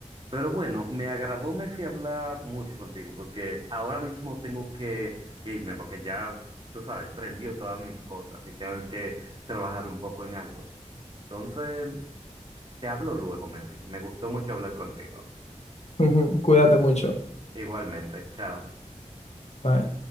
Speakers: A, on the right; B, on the left.
A: Pero bueno, me agradó, me fui a hablar mucho contigo porque ahora mismo tengo que irme porque ya, tú sabes, prendió todas mis cosas y tengo que trabajar un poco en algo. Entonces, te hablo luego, Mefi. Me gustó mucho hablar contigo.
B: Ujú, Cuídate mucho.
A: Igualmente, chao.
B: Bye.